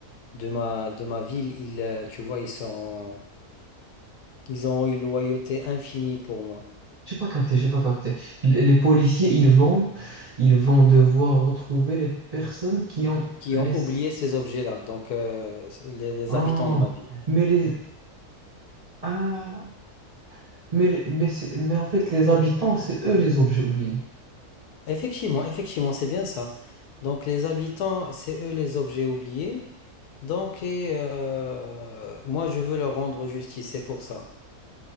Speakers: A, on the left; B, on the right.
A: de ma, de ma ville, ils, euh, tu vois, ils sont, ils ont une loyauté infinie pour moi,
B: J'ai pas capté, j'ai pas capté. Les les policiers, ils vont, ils vont devoir retrouver les personnes qui ont
A: qui
B: les.
A: ont oublié ces objets-là, donc euh, les, les
B: Ah,
A: habitants de ma ville.
B: mais les. Ah, mais les- mais, c'est- mais en fait, les habitants, c'est eux les objets oubliés.
A: Effectivement, effectivement, c'est bien ça. Donc les habitants, c'est eux les objets oubliés. Donc et euh, moi, je veux leur rendre justice, c'est pour ça.